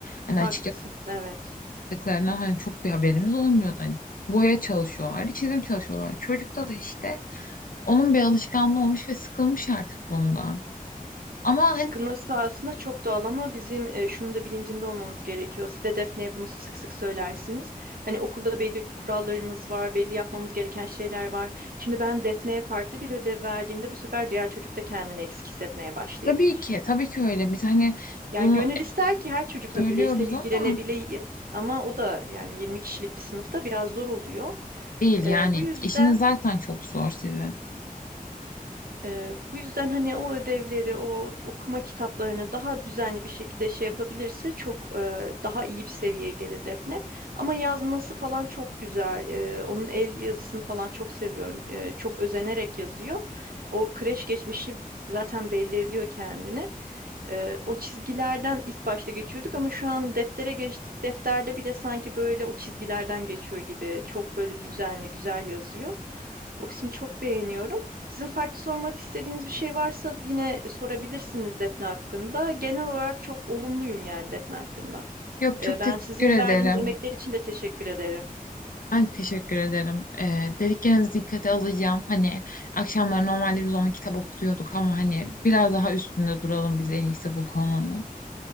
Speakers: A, on the left; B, on the right.
A: Hani
B: Haklısınız,
A: açıkçası
B: evet.
A: yaptıklarına hani çok bir haberimiz olmuyordu. Hani boya çalışıyorlardı, çizim çalışıyorlardı. Çocukta da işte onun bir alışkanlığı olmuş ve sıkılmış artık bundan. Ama hani
B: Sıkılması sahasında çok doğal ama bizim e, şunu da bilincinde olmamız gerekiyor. Siz de Defne'ye bunu sık sık söylersiniz. Hani okulda belli kurallarımız var, belli yapmamız gereken şeyler var. Şimdi ben Defne'ye farklı bir ödev verdiğimde bu sefer diğer çocuk da kendini eksik hissetmeye başlayabilir.
A: tabii ki tabii ki öyle. Biz hani
B: Ya
A: bunu
B: gönül ister ki her çocukla
A: Söylüyoruz
B: bireysel ilgilenebileyim
A: ama
B: ama o da yani 20 kişilik bir sınıfta biraz zor oluyor.
A: değil yani
B: E, bu yüzden
A: işiniz zaten çok zor sizin.
B: Ee, bu yüzden hani o ödevleri, o okuma kitaplarını daha düzenli bir şekilde şey yapabilirse çok e, daha iyi bir seviyeye gelir Defne. Ama yazması falan çok güzel. Ee, onun el yazısını falan çok seviyorum. Ee, çok özenerek yazıyor. O kreş geçmişi zaten belli ediyor kendini. Ee, o çizgilerden ilk başta geçiyorduk ama şu an deftere geçtik. Defterde bile sanki böyle o çizgilerden geçiyor gibi. Çok böyle düzenli, güzel yazıyor. O kısmı çok beğeniyorum. Sizin farklı sormak istediğiniz bir şey varsa yine sorabilirsiniz Defne hakkında. Genel olarak çok olumluyum yani Defne hakkında.
A: Yok
B: Ee,
A: çok
B: ben
A: teşekkür
B: sizin
A: ederim.
B: verdiğiniz emekler için de teşekkür ederim.
A: Ben teşekkür ederim. Ee, dediklerinizi dikkate alacağım. Hani akşamları normalde biz onu kitap okutuyorduk ama hani biraz daha üstünde duralım biz en iyisi bu konunun.